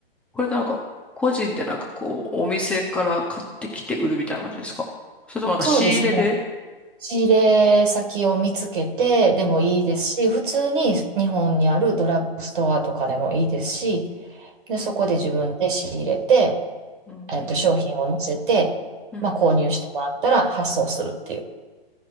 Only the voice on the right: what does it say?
そうですね。仕入れ先を見つけてでもいいですし、
普通に日本にあるドラッグストアとかでもいいですし、で、そこで自分で仕入れて、
えっと、商品を載せて、
まあ、購入してもらったら発送するっていう。